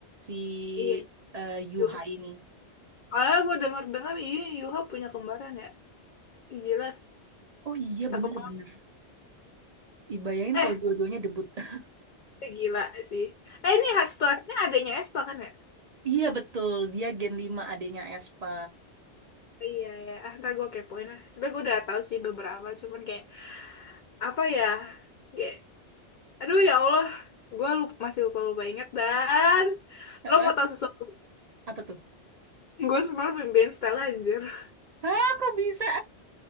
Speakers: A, on the right; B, on the left.
A: Si
B: iya
A: eh, Yuha
B: Yuha
A: ini.
B: Kalau gue denger-dengar iya Yuha punya kembaran ya Ih, jelas
A: Oh iya,
B: cakep
A: bener-bener. Dibayangin
B: Eh,
A: kalau dua-duanya debut. <laughs>
B: gila sih. Eh, ini Hearthstone-nya adanya Espa kan ya?
A: Iya betul, dia Gen Lima adanya Espa.
B: Iya, ya. Ah, ntar gue kepoin lah. Sebenernya gue udah tahu sih beberapa. Cuman kayak, apa ya? Kayak, aduh ya Allah. Gue lupa, masih lupa-lupa inget. Dan
A: Heeh.
B: lo mau tahu sesuatu?
A: Apa tuh?
B: Gue semalam mimpiin Stella anjir. <laughs>
A: Hah, kok bisa?